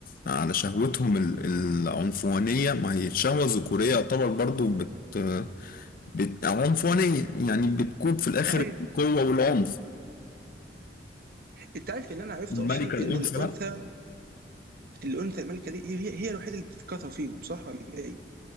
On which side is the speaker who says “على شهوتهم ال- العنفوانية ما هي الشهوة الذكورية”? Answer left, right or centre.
Left